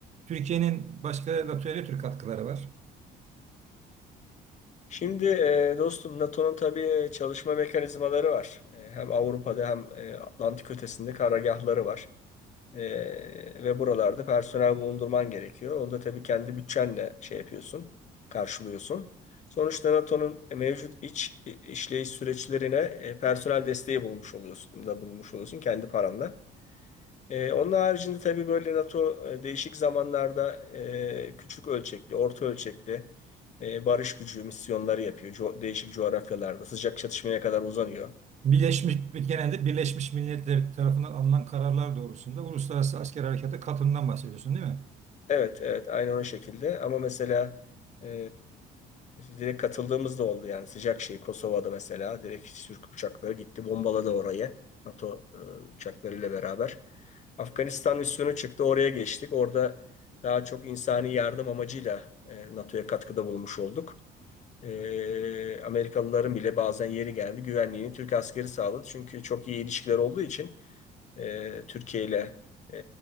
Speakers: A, on the right (about 45°); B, on the left (about 45°).
A: Türkiye'nin başka NATO'ya ne tür katkıları var?
B: Şimdi e, dostum NATO'nun tabii çalışma mekanizmaları var. E, Hem Avrupa'da hem e, Atlantik ötesinde karargahları var. E, Ve buralarda personel bulundurman gerekiyor. Onu da tabii kendi bütçenle şey yapıyorsun, karşılıyorsun. Sonuçta NATO'nun mevcut iç işleyiş süreçlerine e, personel desteği bulmuş oluyorsun da bulmuş oluyorsun kendi paranla. Ee, onun haricinde tabii böyle NATO e, değişik zamanlarda e, küçük ölçekli, orta ölçekli e, barış gücü misyonları yapıyor. Co- değişik coğrafyalarda sıcak çatışmaya kadar uzanıyor.
A: Birleşmiş genelde Birleşmiş Milletler tarafından alınan kararlar doğrusunda uluslararası asker harekata katılımdan bahsediyorsun değil mi?
B: Evet, evet, aynı onun şekilde. Ama mesela eee, direkt katıldığımız da oldu yani sıcak şey Kosova'da mesela direkt Türk uçakları gitti bombaladı orayı NATO eee, uçaklarıyla beraber. Afganistan misyonu çıktı oraya geçtik. Orada daha çok insani yardım amacıyla e, NATO'ya katkıda bulunmuş olduk. Eee, Amerikalıların bile bazen yeri geldi güvenliğini Türk askeri sağladı. Çünkü çok iyi ilişkiler olduğu için e, Türkiye ile e,